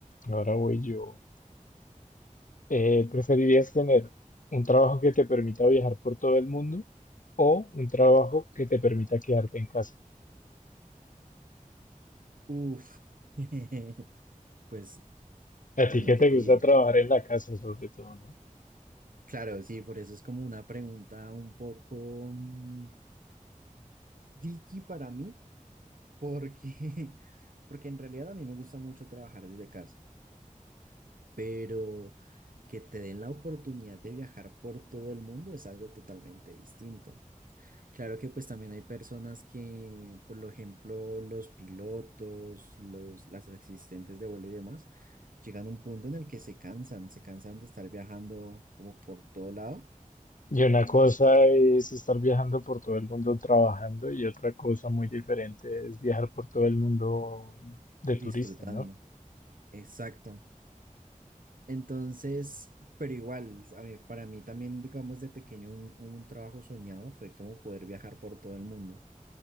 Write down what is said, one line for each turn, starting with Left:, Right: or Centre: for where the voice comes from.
Left: Ahora voy yo. Eh, ¿preferirías tener un trabajo que te permita viajar por todo el mundo o un trabajo que te permita quedarte en casa?
Right: Uf. <laughs> Pues
Left: A
Right: Bueno,
Left: ti que
Right: ¿qué
Left: te
Right: te
Left: gusta
Right: diría?
Left: trabajar en la casa, sobre todo, no?
Right: Claro, sí, por eso es como una pregunta un poco mm, tricky para mí, porque, <laughs> porque en realidad a mí me gusta mucho trabajar desde casa, pero que te den la oportunidad de viajar por todo el mundo es algo totalmente distinto. Claro que pues también hay personas que, por lo ejemplo, los pilotos, los, las asistentes de vuelo y demás, llegan a un punto en el que se cansan, se cansan de estar viajando como por todo lado,
Left: Y una cosa es estar viajando por todo el mundo trabajando y otra cosa muy diferente es viajar por todo el mundo de
Right: disfrutando.
Left: turista, ¿no?
Right: Exacto. Entonces, pero igual, a mí, para mí también, digamos, de pequeño un, un trabajo soñado fue como poder viajar por todo el mundo.